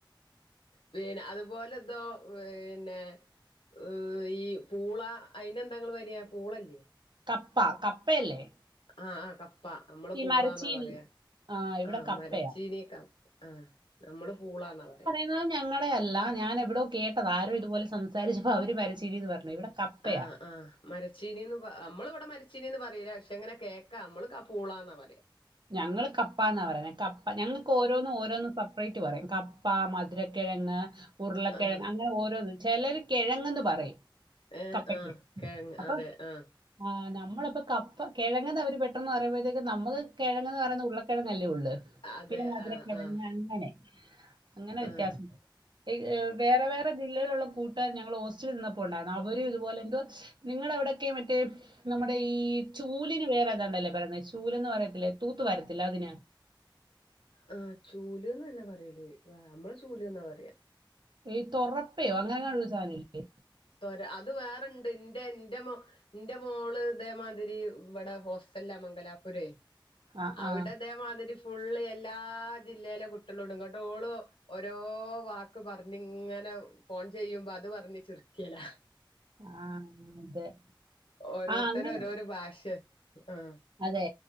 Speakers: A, on the left; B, on the right.
A: പിന്നെ അതുപോലെ ഇതോ പിന്നെ ഹ് ഈ പൂളാ അയിന് എന്താ ങ്ങള് പരയ പൂള ല്ലേ
B: കപ്പ കപ്പയല്ലേ
A: ആ ആ കപ്പ നമ്മള്
B: ഈ
A: പൂളാന്നാ
B: മരച്ചീനി
A: പറയാ
B: ഇവിടെ
A: ആ
B: കപ്പയാ
A: മരച്ചീനി കപ്പ് ആ നമ്മള് പൂളാന്നാ പറയാ
B: അത് ഞങ്ങളെ അല്ല ഞാൻ എവിടോ കേട്ടതാ ആരോ ഇതുപോലെ സംസാരിച്ചപ്പോ അവര് മരച്ചീനീന്ന് പറഞ്ഞു ഇവിടെ കപ്പയാ
A: ആഹ് ആഹ് മരചീനീന്ന് പ അമ്മള് ഇവിടെ മരച്ചീനീന്ന് പറയില്ല പക്ഷെ അങ്ങനെ കേക്കാ അമ്മള് ക പൂളന്നാ പറയാ
B: ഞങ്ങള് കപ്പന്ന പറയുന്ന കപ്പ ഞങ്ങക്ക് ഓരോന്നും ഓരോന്നും സെപ്പറേറ്റ് പറയും കപ്പ മധുരക്കിഴങ്ങ് ഉർളക്കിഴങ്
A: ആഹ്
B: അങ്ങനെ ഓരോന്ന് ചിലര് കിഴ ങ്‌ എന്ന് പറയും
A: ഏഹ്
B: കപ്പക്ക്
A: ആഹ് കിഴങ്ങ്
B: അപ്പ
A: അതെ ആഹ്
B: ആ നമ്മളപ്പൊ കപ്പ കിഴങ്ങന്ന് അവര് പെട്ടന്ന് പറയുമ്പോഴത്തേക്ക് നമ്മക്ക് കിഴങ്ങ്ന്ന് പറയുന്ന ഉള്ളക്കിഴങ്ങല്ലേ ഉള്ളൂ
A: അതെ
B: പിന്നെ മധുര
A: ആഹ്
B: കിഴങ്ങ്
A: ആഹ്
B: അങ്ങനെ അങ്ങനെ വ്യത്യാസം
A: ആഹ്
B: വരും എ ഈ വേറെ വേറെ ജില്ലയിലുള്ള കൂട്ടുകാര് ഞങ്ങള് ഹോസ്റ്റലിൽ നിന്നപ്പോ ഉണ്ടായിരുന്നു അവരും ഇതുപോലെ എന്തുവാ നിങ്ങള അവിടൊക്കെ മറ്റേ നമ്മുടെ ഈ ചൂലിന് വേറെഏതാണ്ടല്ലേ പറയുന്നേ ചൂലന്ന് പറയത്തില്ലേ തൂത്തു വാരത്തില്ലേ അതിന്
A: ആ ചൂല് ന്ന് തന്നെയാ പറയല് നമ്മള് ചൂല് ന്നാ പറയാ
B: ഈ തൊറപ്പയോ അങ്ങനെങ്ങാണൊ ഒരു സാധനം ഇല്ലേ
A: തൊര അത് വേറെണ്ട് എന്റെ എന്റെ മൊ ഇന്റെ മോള് ഇതേമാതിരി ഇവിടെ ഹോസ്റ്റലില മംഗലാപുരെ
B: ആ
A: അവിടെ
B: ആ
A: ഇതേമാതിരി ഫുള്ള് എല്ലാ ജില്ലയിലെ കുട്ടികള ഇടു ന്നിട്ട് ഓളു ഓരോ വാക്ക് പറഞ്ഞ ഇങ്ങനെ ഫോൺ ചെയ്യുമ്പോ അത് പറഞ്ഞ് ചിരിക്കല
B: ആ അതെ
A: ഓരോരുത്തരെ
B: ആ അങ്ങനെ
A: ഓരോരോ ഭാഷ ആഹ ആഹ്
B: അതെ